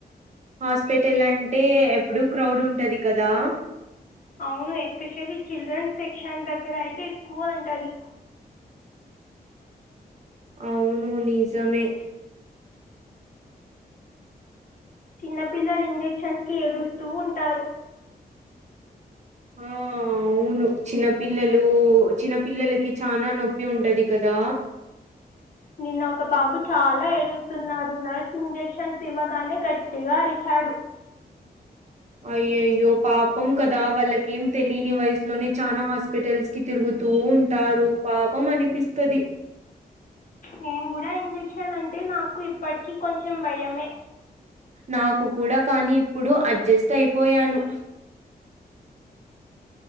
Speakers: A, on the right; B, on the left.
A: హాస్పిటల్ అంటే ఎప్పుడు క్రౌడ్ ఉంటది కదా
B: అవును ఎస్పెషల్లీ చిల్డ్రన్ సెక్షన్ దగ్గర అయితే ఎక్కువ ఉంటది
A: అవును నిజమే
B: చిన్న పిల్లలు ఇంజక్షన్స్కి ఏడుస్తూ ఉంటారు
A: ఆ అవును చిన్న పిల్లలు చిన్న పిల్లలకి చనా నొప్పి ఉంటది కదా
B: నిన్న ఒక బాబు చాలా ఏడుస్తున్నాడు నర్స్ ఇంజక్షన్స్ ఇవ్వగానే గట్టిగా అరిచాడు
A: అయ్యయ్యో పాపం కదా వాళ్ళకేం తెలియని వయసులోనే చానా హాస్పిటల్స్ కి తిరుగుతూ ఉంటారు పాపం అనిపిస్తది
B: నేను కూడా ఇంజెక్షన్ అంటే నాకు ఇప్పటికి కొంచెం భయమే
A: నాకు కూడా కానీ ఇప్పుడు అడ్జస్ట్ అయిపోయాను